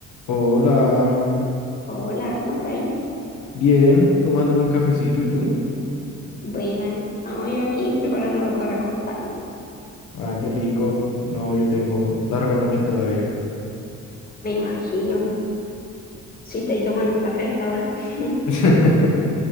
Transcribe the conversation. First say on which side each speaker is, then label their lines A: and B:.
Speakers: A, on the left; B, on the left.
A: Hola,
B: Hola, ¿cómo estáis?
A: bien, tomándome un cafecito, ¿y tú?
B: Buena, no, yo aquí preparando para acostarme,
A: Ah, qué rico. No, yo tengo larga noche todavía.
B: me imagino. Si estáis tomando un café a esta hora. <laughs>
A: <laughs>